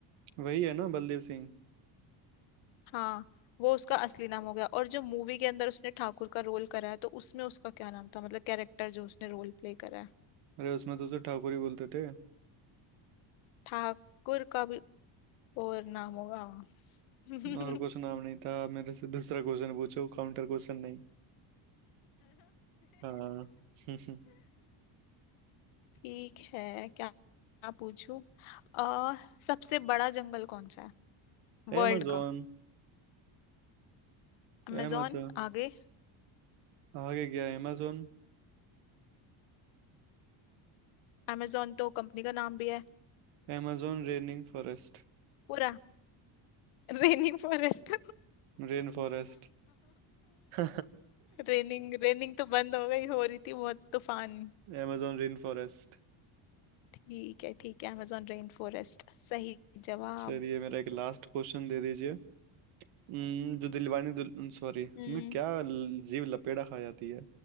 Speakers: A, on the right; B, on the left.
A: वही है ना बलदेव सिंह
B: हाँ वो उसका असली नाम हो गया और जो मूवी के अंदर उसने ठाकुर का रोल करा है तो उसमें उसका क्या नाम था मतलब कैरेक्टर जो उसने रोल प्ले करा है
A: अरे उसमें तो उसे ठाकुर ही बोलते थे
B: ठाकुर का भी और नाम होगा <laughs>
A: और कुछ नाम नहीं था मेरे से दूसरा क्वेश्चन पूछो काउंटर क्वेश्चन नहीं हाँ <laughs>
B: ठीक है क्या क्या पूछूं अ सबसे बड़ा जंगल कौन सा है वर्ल्ड
A: amazon
B: का अमेजोन
A: amazon
B: आगे
A: आगे गया amazon
B: amazon तो कंपनी का नाम भी है
A: amazon raining forest
B: पूरा Raining forest
A: Rain forest <laughs>
B: रेनिंग रेनिंग तो बंद हो गई हो रही थी बहुत तूफान
A: amazon rain forest <laughs>
B: ठीक है ठीक है amazon रेन फॉरेस्ट सही जवाब
A: चलिए मेरा एक लास्ट क्वेश्चन दे दीजिए हम्म, जो दिलवाने दुल सॉरी
B: हम्म
A: मैं क्या ल- जीव लपेड़ा खा जाती है